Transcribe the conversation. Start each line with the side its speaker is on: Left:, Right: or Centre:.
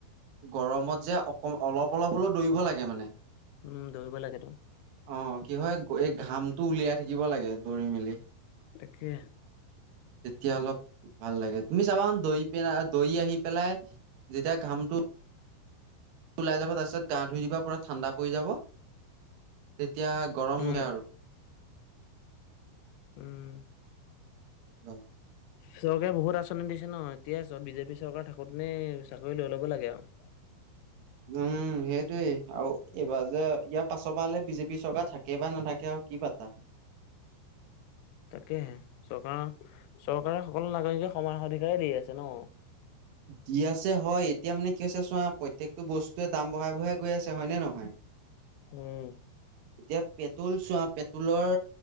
Right: গৰমত যে অক অলপ অলপ হলেও দৌৰিব লাগে মানে।
Left: উম, দৌৰিব লাগেতো,
Right: অ কি হয় এই ঘামটো উলিয়াই থাকিব লাগে দৰি মেলি।
Left: তাকেই
Right: তেতিয়া অলপ ভাল লাগে। তুমি চাবা দৰি পি দৰি আহি পেলাই যেতিয়া ঘামটো ওলাই যাব তাৰছত গা ধুই দিবা পুৰা ঠাণ্ডা পৰি যাব এতিয়া গৰম
Left: উম,
Right: নহে আৰু।
Left: উম
Right: উম
Left: চৰকাৰে বহুত আঁচনি দিছে ন এতিয়া চ বিজেপি চৰকাৰ থাকোতে চাকৰি লৈ লব লাগে আৰু।
Right: <unintelligible> উম সেইটোয়েই আৰু এইবাৰ যে ইয়াৰ পাছৰ পৰা হলে বিজেপি চৰকাৰ থাকে বা নাথাকে আৰু! কি পাত্তা?
Left: তাকেহে, চৰকাৰ চৰকাৰে সকলো নাগৰিকে সমান অধিকাৰেই দি আছে ন।
Right: দি আছে হয়, এতিয়া মানে কি হৈছে চোৱা প্ৰত্যেকটো বস্তুৱেই দাম বঢ়াই বঢ়াই গৈ আছে হয়নে নহয়? <unintelligible>
Left: উম।
Right: এতিয়া পেট্ৰল চোৱা পেট্ৰলৰ